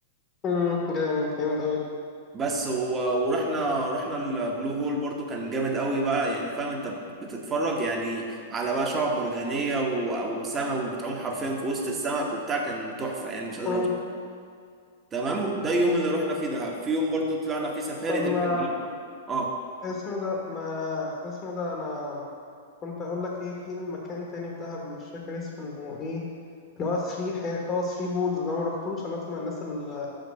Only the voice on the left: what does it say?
امم جامد جامد اوي
امم
طب
ما
اسمه ده ما اسمه ده انا كنت اقول لك ايه في مكان تاني في دهب مش فاكر اسمه ايه اللي هو ثري حاجة اه ثري بولز ده ما رحتوش انا اسمع الناس اللي